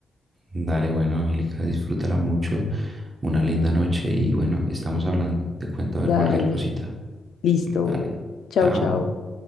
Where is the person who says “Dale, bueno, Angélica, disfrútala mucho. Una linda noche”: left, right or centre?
Right